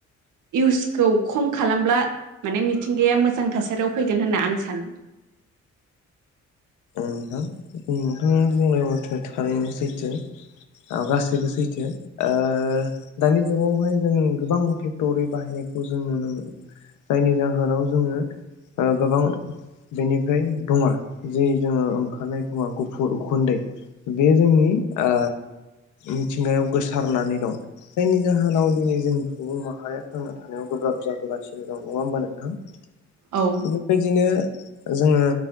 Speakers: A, on the right; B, on the left.
A: इउसखौ खम खालामब्ला माने मिथिंगाया मोजां थासारियाव फैगोन होनना आं सानो।
B: उम नोंथां नोंथां बुंनाय मथे थारैनो सैथो आ गासैबो सैथो आ दानि जुगावहाय जों गोबां फेक्ट'रि बाहायनायखौ जों नुनो मोनो जायनि जाहोनाव जोङो ओ गोबां बेनिफ्राय थुङा जे जोङो ओंखारनाय थुङा गुफुर उखुनदै बे जोंनि आ मिथिंगायाव गोसारनानै दं जायनि जाहोनाव दिनै जों सुबुं माहारिया थांना थानायाव गोब्राब जाबोगासि नो दं नङा होमबा नोंथां
A: औ
B: थिग बेबायदिनो जोङो